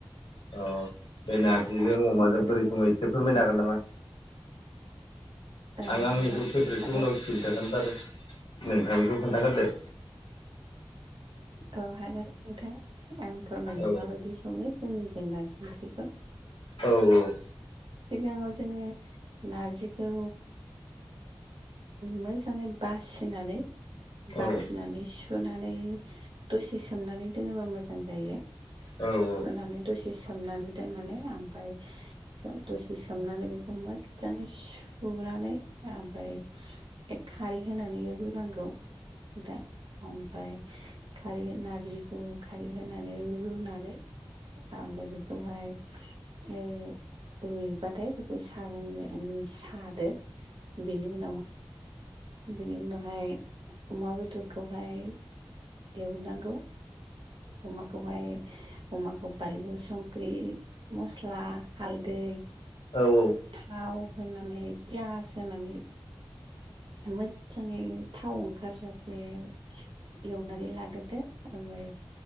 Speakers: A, on the left; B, on the right.
A: अ बे नारजिजों अमाजों
B: संनो रोङो
A: बोरै सोङो एसे फोरमायनो हागोन नामा
B: औ
A: आं आंनिखौ
B: नोंथां
A: फेभरेटसो
B: हागोन
A: उनाव खिन्थागोन बारु नोंथांनिखौ खोन्थाग्रोदो
B: औ हागोन नोंथां आं फोरमायनो
A: औ
B: माबायदि सङो जोंनि जेंना जेंथिखौ
A: औ औ
B: सिगाङाव जोङो नारजिखौ मोजाङै बासिनानै बासिनानै
A: औ औ
B: सु सुनानै दसे सोमनानै दोनोबा मोजां जायो
A: औ औ
B: सुनानै दसे सोमनानै दोननानै ओमफफ्राय दसे सोमनानै बेखौ मोजाङै सुनानै ओमफ्राय खारै होनानै रुनांगौ दा ओमफ्राय खारै नारजिखौ खारै होनानै रुनानै आब बेथ'हाय ओ रुइ-रुइबाथाय बेखौ सागं सादो बेनि उनाव बिनि उनावहाय अमा बेदरखौहाय देवनांगौ अमा खौहाय अमाखौ बानलु संख्रि मस्ला हालदै
A: औ औ
B: थाव होनानै पियास होनानै मोजाङै थाव ओंखारजासे एवनानै लाग्रोदो ओमफ्राय